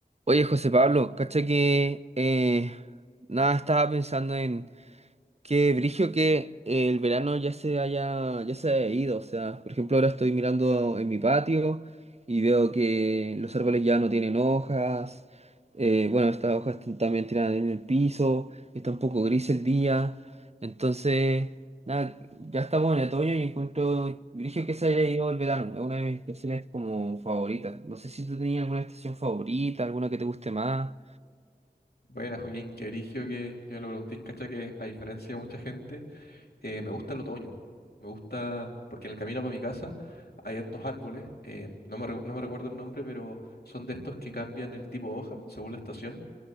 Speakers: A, on the right; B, on the left.
A: Oye, José Pablo, cacha que eh, nada, estaba pensando en, Qué brillo que el verano ya se haya, ya se haya ido. O sea, por ejemplo, ahora estoy mirando en mi patio y veo que los árboles ya no tienen hojas. Eh, bueno, estas hojas están también tiradas en el piso. Está un poco gris el día. Entonces, nada, ya estamos en otoño y encuentro brillo que se haya ido el verano. Es una de mis estaciones como favoritas. No sé si tú tenías alguna estación favorita, alguna que te guste más.
B: Bueno, Joaquín, qué origio que, que me lo preguntéis, cacha que a diferencia de mucha gente, eh, me gusta el otoño. Me gusta, porque en el camino para mi casa hay hartos árboles, eh, no me, re- no me recuerdo el nombre, pero son de estos que cambian el tipo de hoja según la estación.